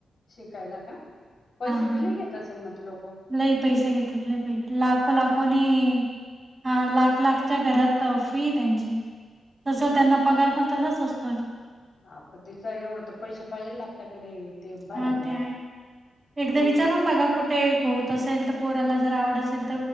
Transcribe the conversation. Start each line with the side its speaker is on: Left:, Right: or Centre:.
Left: शिकायला का पैसे
Right: हां
Left: बि लय घेत असे मग ते लोकं.
Right: लई पैसे घेतात, लय पै लाखो लाखोनी. हा लाख लाखच्या घरात फी हे त्यांची तसं त्यांना पगार पण तसाच असतो ना.
Left: हा तिचा एवढं त पैसे पाहिजेल आपल्याकडे ते
Right: हां
Left: भरायला.
Right: ते आहे. एकदा
Left: मग
Right: विचारून बघा कुठे होत असेल त पोराला जर आवड असेल त.